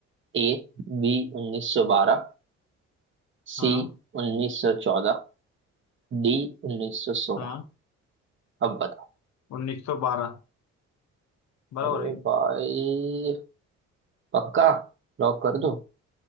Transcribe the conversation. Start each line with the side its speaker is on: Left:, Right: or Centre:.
Right: ए बी 1912 सी
Left: हाँ
Right: 1914 डी 1916
Left: हाँ
Right: अब बताओ
Left: उन्नीस सौ बारह बराबर
Right: अरे
Left: है
Right: भाई पक्का लॉक कर दो